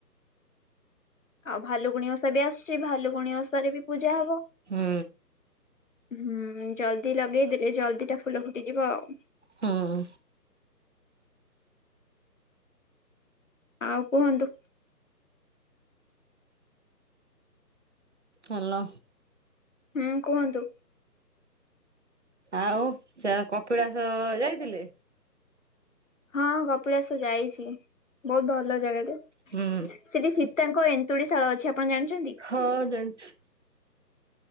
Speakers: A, on the left; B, on the right.
A: ଆଉ ଭାଲୁଗୁଣୀ ଓଷା ବି ଆସୁଛି ଭାଲୁଗୁଣିୀ ଓଷାରେ ବି ପୂଜା ହବ।
B: ହୁଁ
A: ହୁଁ ଜଲ୍ଦି ଲଗେଇଦେଲେ ଜଲ୍ଦି ଟା ଫୁଲ ଫୁଟିଯିବ ଆଉ।
B: ହଁ
A: ଆଉ କୁହନ୍ତୁ?
B: ହଲୋ
A: ହୁଁ କୁହନ୍ତୁ।
B: ଆଉ ଚା କପିଳାସ ଯାଇଥିଲେ?
A: ହଁ କପିଳାସ ଯାଇଛି ବହୁତ ଭଲ ଜାଗାଟେ
B: ହୁଁ
A: ସେଠି ସୀତାଙ୍କ ଏ ନ୍ତୁଡ଼ିଶାଳ ଅଛି ଆପଣ ଜାଣିଛନ୍ତି?
B: ହଁ ଜାଣିଛି।